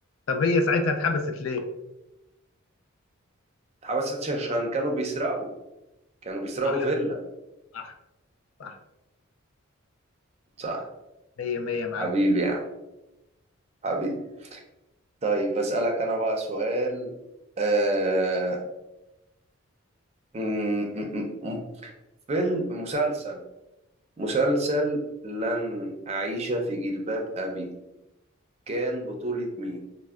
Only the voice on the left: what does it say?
طب هي ساعتها اتحبست ليه
صح
صح صح
مية مية يا معلم